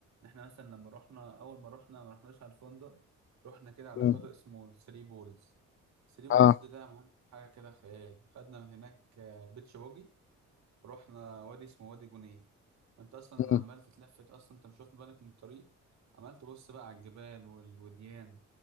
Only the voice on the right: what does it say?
احنا مثلا لما رحنا اول ما رحنا ما رحناش على الفندق رحنا كده على
شاطئ اسمه ثري بولز ثري بولز
ده يا معلم حاجه كده خيال خدنا من هناك آه، بيتش باجي رحنا وادي اسمه وادي جنيه وانت اصلا
عمال تتلفت اصلا انت مش واخد بالك من الطريق عمال تبص بقى على الجبال والوديان